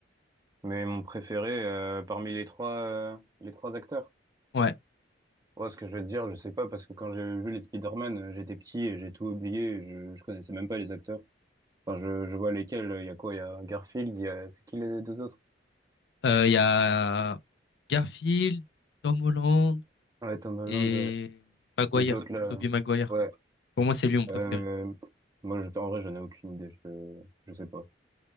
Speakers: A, on the right; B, on the left.
A: Mais mon préféré euh, parmi les trois, euh, les trois acteurs.
B: Ouais.
A: ouais ce que je veux te dire, je sais pas, parce que quand j'ai vu les Spider-Man, euh, j'étais petit et j'ai tout oublié, et je, je connaissais même pas les acteurs. Enfin, je, je vois lesquels, il y a quoi? Il y a Garfield, il y a... C'est qui les deux autres?
B: Euh, Il y a Garfield, Tom Holland
A: Ouais, Tom Holland,
B: et
A: ouais.
B: Maguire,
A: Et l'autre là, euh,
B: Tobey Maguire.
A: ouais.
B: Pour moi, c'est lui mon préféré.
A: Euh, moi, je, en vrai, j'en ai aucune idée, je, je sais pas.